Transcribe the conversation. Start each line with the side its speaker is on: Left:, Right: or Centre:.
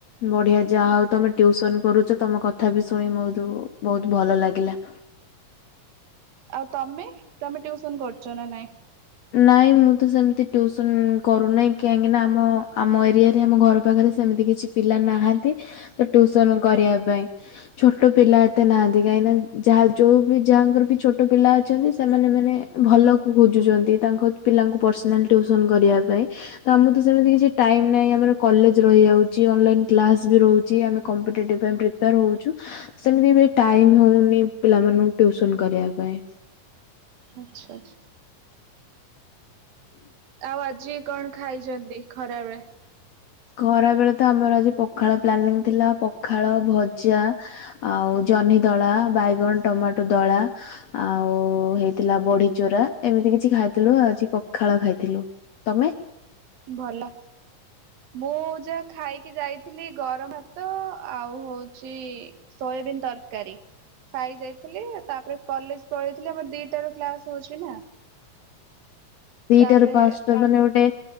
Left: ବଢିଆ ଯାହା ହଉ ତମେ ଟ୍ୟୁସନ କରୁଛ ତମ କଥା ବି ଶୁଣି ବହୁତ ବହୁତ ଭଲ ଲାଗିଲା
Right: ଆଉ ତମେ ତମେ ଟ୍ୟୁଉସନ କରୁଛ ନା ନାଇଁ?
Left: ନାଇଁ ମୁଁ ତ ସେମତି ଟ୍ୟୁସନ କରୁନାହିଁ କାହିଁକି ନା ଆମ ଆମ ଏରିଆରେ ଆମ ଘର ପାଖରେ ସେମିତି କିଛି ପିଲା ନାହାନ୍ତି ତ ଟ୍ୟୁସନ କରିବା ପାଇଁ ଛୋଟ ପିଲା ଏତେ ନାହାନ୍ତି କାହିଁକିନା ଯାହା ଯୋଉ ବି ଯାହାଙ୍କର ବି ଛୋଟ ପିଲା ଅଛନ୍ତି ସେମାନେ ମାନେ ଭଲ କୁ ଖୋଜୁଛନ୍ତି ତାଙ୍କ ପିଲାଙ୍କୁ ପର୍ସନାଲ ଟ୍ୟୁସନ କରିବା ପାଇଁ ତ ଆମ ତ ସେମିତି କିଛି ଟାଇମ୍ ନହିଁ ଆମର କଲେଜ ରହିଯାଉଛି ଅନଲାଇନ କ୍ଲାସ ବି ରହୁଛି ଆମେ କମ୍ପିଟେଟିଭ୍ ପାଇଁ ପ୍ରି ପ୍ରିପେୟାର ହଁଉଛୁ ସେମିତି ଵି ଟାଇମ୍ ହଉନି ପିଲାମାନଙ୍କୁ ଟ୍ୟୁସନ କରିବା ପାଇଁ
Right: ଆଛା ଆଛା। ଆଉ ଆଜି କଣ ଖାଇଛନ୍ତି ଖରାବେେଳେ?
Left: ଖରା ବେଳେ ତ ଆମର ଆଜି ପଖାଳ ପ୍ଲାନିଂ ଥିଲା, ପଖାଳ ଭଜା ଆଉ ଜହ୍ନି ଦଳା ବାଇଗଣ ଟମାଟୋ ଦଳା। ଆଉ ହେଇଥିଲା ବଡି ଚୋରା ଏମିତି କିଛି ଖାଇଥିଲୁ, ଆଜି ପଖାଳ ଖାଇଥିଲୁ। ତମେ?
Right: ଭଲ ମୁଁ ଯାହା ଖାଇକି ଯାଇଥିଲି ଗରମ ଭାତ ଆଉ ହଉଚି ସୋୟବିନ୍ ତରକାରୀ, ଖାଇଯାଇ ଉ ତାପରେ କଲେଜ ପଳେଇଥିଲେ ଆମର ଦିଟ ର କ୍ଲାସ ହୋଉଚି ନା।
Left: ଦିଟା
Right: ତାପରେ
Left: ର ପାଞ୍ଚଟା ମାନେ ଗୋଟେ